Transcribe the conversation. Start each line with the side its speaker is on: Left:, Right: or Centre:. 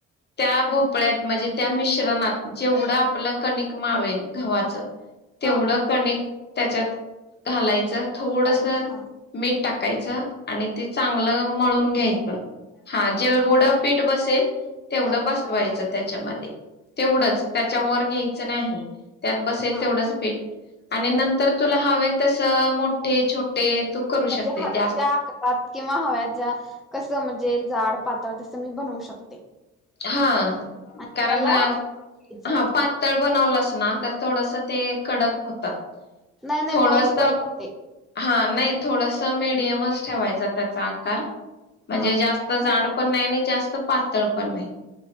Left: त्या भोपळ्यात म्हणजे त्या मिश्रणात जेवढं आपलं कणिक मावेल गव्हाचं तेवढं
Centre: हा
Left: कनीक त्याच्यात घालाय च थोडस
Centre: ओतायच हा
Left: मीठ टाकायचं आणि ते चांगलं मळून घ्यायचं. हा जेवढ पीठ बसेल तेवढं
Centre: घ्यायचं
Left: बसवायचं त्याच्यामध्ये, तेवढंच त्याच्या वर घ्यायच नाही. त्यात बसेल
Centre: हा
Left: तेवढंच पिठ आणि नंतर तुला हवे तस मोठे, छोटे तू करू
Centre: म्हणजे
Left: शकते
Centre: हव्या
Left: जास्त
Centre: ज्या आकारात किंवा हव्या ज्या कस म्हणजे जाड पातळ तस मी बनवू शकते.
Left: हा.
Centre: आणि
Left: कारण
Centre: त्याला घ्यायचं
Left: हा पातळ बनवलंस ना तर थोडस ते कडक होतात.
Centre: नाही नाही
Left: थोडस,
Centre: मऊच बनवते
Left: हा नाही थोडस मिडियमच ठेवायच त्याचा कार. म्हणजे
Centre: हा
Left: जास्त जाड पण नाही आणि जास्त पातळ पण नाही.